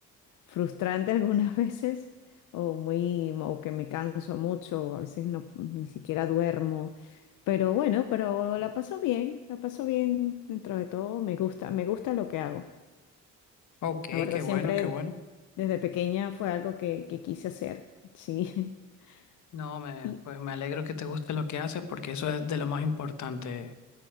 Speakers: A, on the left; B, on the left.
A: frustrante <laughs> algunas veces o, muy, o que me canso mucho, a veces no, ni siquiera duermo, pero bueno, pero la paso bien, la paso bien dentro de todo, me gusta, me gusta lo que hago.
B: Ok,
A: La verdad,
B: qué
A: siempre
B: bueno, qué bueno.
A: desde pequeña fue algo que, que quise hacer, sí. <laughs>
B: No, me,
A: Y
B: pues me alegro que te guste lo que haces porque eso es de lo más importante